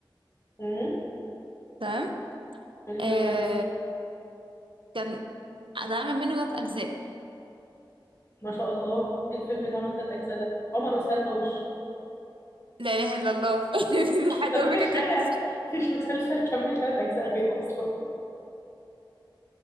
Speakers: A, on the left (about 35°); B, on the right (about 85°).
A: امم
B: تمام
A: فيلم
B: أه
A: رومانسي
B: كان اتعمل منه ثلاث اجزاء
A: ما شاء الله إيه الفيلم اللي عمل تلات اجزاء ده عمر وسلمى وش
B: لا اله الا الله
A: <laughs>
B: <laughs>
A: اصلا
B: حتى امك
A: مفيش
B: اكمل
A: حاجة مفيش مسلسل كمل تلات اجزاء غيره اصلا